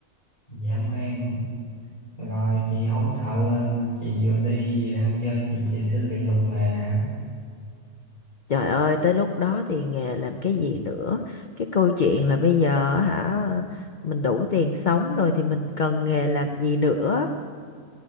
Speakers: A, on the left; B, on the left.
A: dã man rồi chị không sợ chị vừa đi vừa ăn chơi chị chị sẽ bị lục nghề hả
B: Trời ơi, tới lúc đó thì nghề làm cái gì nữa? Cái câu chuyện là bây giờ hả, mình đủ tiền sống rồi thì mình cần nghề làm gì nữa?